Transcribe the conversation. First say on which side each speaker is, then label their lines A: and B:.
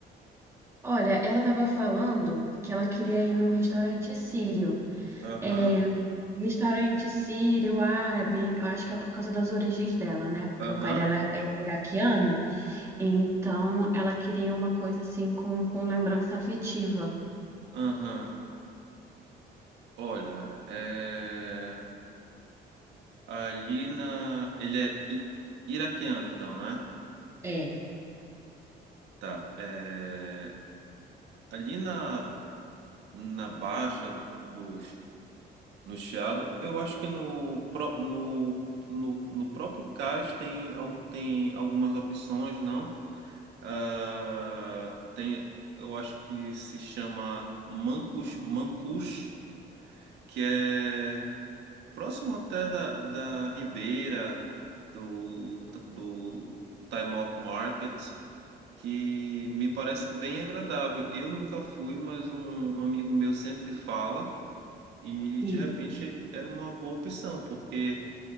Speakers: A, on the right; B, on the right.
A: Olha, ela estava falando que ela queria ir num restaurante sírio.
B: Aham,
A: É, restaurante sírio, árabe, eu acho que é por causa das origens dela, né? Porque
B: aham,
A: o pai dela é iraquiano, então ela queria uma coisa assim com, com lembrança afetiva.
B: aham. Olha, é... ali na, ele é i- iraquiano então, né?
A: É,
B: Tá. É... Ali na na baixa do no Chiado, eu acho que no pró- no no, no próprio cais tem al- tem algumas opções, não? Ah, tem, eu acho que se chama mancus, mancus que é próximo até da, da Ribeira, do, do Time Out Market, que me parece bem agradável. Eu nunca fui, mas um amigo meu sempre fala, e
A: sim.
B: de repente era uma boa opção, porque